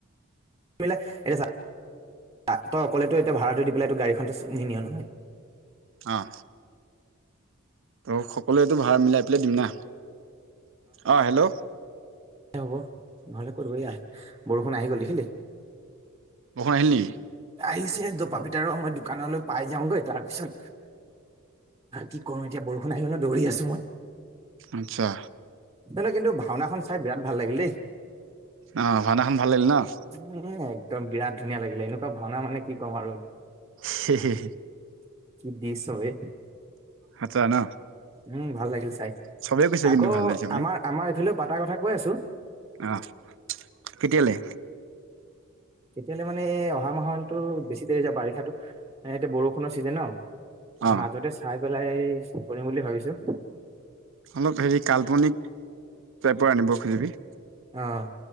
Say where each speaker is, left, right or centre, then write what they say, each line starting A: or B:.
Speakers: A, on the right; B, on the right.
A: মিল এতিয়া চা তাত তই অকলেতো এতিয়া ভাড়াটো দি পেলাই তো গাড়ীখনতো নি নিয় নহয়।
B: অ'। ত' সকলোৱেটো ভাড়া মিলাই পেলাই দিম না অ' হেল্ল'।
A: হ'ব নহ'লে ক'ত লয় আ, বৰষুণ আহি গ'ল দেখিলি।
B: বৰষুণ আহিল নেকি?
A: আহিছে পাপিটাৰ মই দোকানলৈ পাই যাওগৈ তাৰপিছত কি কৰো এতিয়া বৰষুণ আহি গ'ল ন দৌৰি আছো মই
B: আচ্ছা
A: এনে কিন্তু ভাওনাখন চাই বিৰাট ভাল লাগিল দেই।
B: অ' ভাওনাখন ভাল লাগিল ন'।
A: উম একদম বিৰাট ধুনীয়া লাগিলে, এনেুকোৱা ভাওনা মানে কি ক'ম আৰু
B: হে-হে।
A: কি দৃশ্য ই
B: আচ্ছা ন
A: উম' ভাল লাগিল চাই
B: চবেই কৈছে
A: আকৌ
B: কিন্তু ভাল লাগিছে
A: আমাৰ আমাৰ এইফালেও পাত। পাতাৰ কথা কৈ আছো।
B: অহ, কেতিয়ালে?
A: তেতিয়াহ'লে মানে অহা মাহতো বেছি দেৰি যাব বাৰিষাটো এ এতিয়া বৰষুণৰ চিজেন ন'
B: অ
A: মাজতে চাই পেলাই এই কৰিম বুলি ভাবিছো।
B: অলপ হেৰি কাল্পনিক টাইপৰ আনিব খুজিবি।
A: অ'।